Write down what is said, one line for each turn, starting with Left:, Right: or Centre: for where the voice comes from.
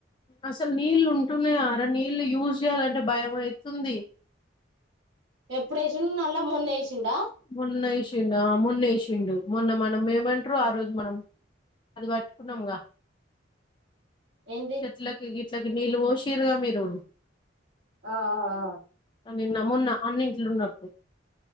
Left: అసలు నీళ్ళు ఉంటున్నాయా అరా నీళ్లు యూజ్ చేయాలంటే భయం అవుతుంది
Right: ఎప్పుడు వేసి నళ్ల మొన్న వేసిడా
Left: మొన్న వేసిండు ఆ మొన్న వేసిండు మొన్న మనం ఏమంటారు ఆ రోజు మనం అది పట్టుకున్నాముగా
Right: ఏంది
Left: చెట్లకి గిట్లా నీళ్ళు పోషిరుగా మీరు
Right: ఆ ఆ ఆ
Left: నిన్న మొన్న అన్ని ఇంట్లో ఉన్నప్పుడు